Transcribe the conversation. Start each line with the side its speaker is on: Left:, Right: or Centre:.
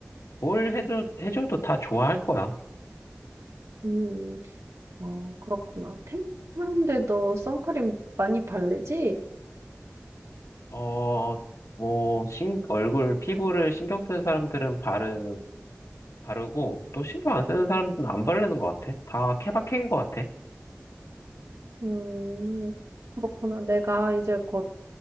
Left: 뭘 해도,
Right: 음,
Left: 해줘도 다 좋아할 거야.
Right: 음, 어, 그렇구나. 태국 사람들도 선크림 많이 바르지?
Left: 어, 뭐, 신, 얼굴, 피부를 신경 쓰는 사람들은 바르, 바르고, 또 신경 안 쓰는 사람들은 안 바르는 것 같아. 다 케바케인 것 같아.
Right: 음, 그렇구나. 내가 이제 곧